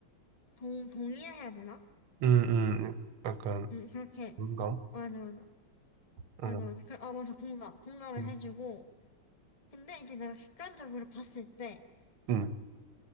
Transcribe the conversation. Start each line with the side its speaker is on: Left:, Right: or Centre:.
Left: 동 동의해야 되나?
Right: 음, 음, 음. 약간,
Left: 음 그렇게
Right: 공감?
Left: 맞아 맞아
Right: 어,
Left: 맞아 맞아 그, 아 맞아 공감 공감을
Right: 음,
Left: 해주고 근데 이제 내가 객관적으로 봤을 때,
Right: 음,